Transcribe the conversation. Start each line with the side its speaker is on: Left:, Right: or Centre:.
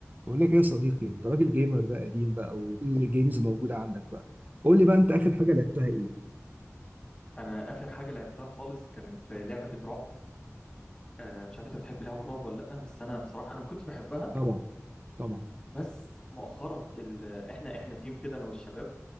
Right: بقول لك ايه يا صديقي انت راجل جيمر بقى قديم بقى وكل الجيمز موجوده عندك بقى قول لي بقى انت اخر حاجه لعبتها ايه
Left: انا اخر حاجه لعبتها خالص كانت لعبه رعب آه، مش عارف انت بتحب لعب الرعب ولا لا بس انا بصراحه انا ما كنتش بحبها
Right: طبعا طبعا
Left: بس مؤخرا ال... <laughs> احنا احنا تيم كده انا والشباب